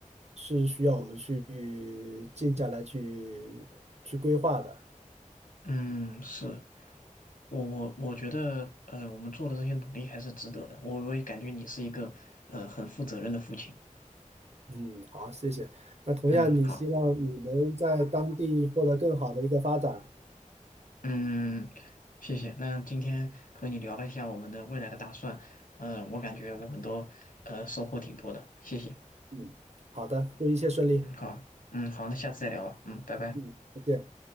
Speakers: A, on the right; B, on the left.
A: 是需要我们去静下来去去规划的。
B: 嗯，是我我我觉得，呃，我们做的这些努力还是值得的。我我也感觉你是一个，呃，很负责任的父亲。
A: 嗯，好，谢谢。那同样，
B: 嗯，
A: 你希望你能在当地获得更好的一个发展。
B: 好。嗯，谢谢。那今天和你聊了一下我们的未来的打算，呃，我感觉我们都呃收获挺多的，谢谢。
A: 嗯，好的，祝一切顺利。
B: 嗯，好，嗯，好，那下次再聊吧。嗯，拜拜。
A: 嗯，再见。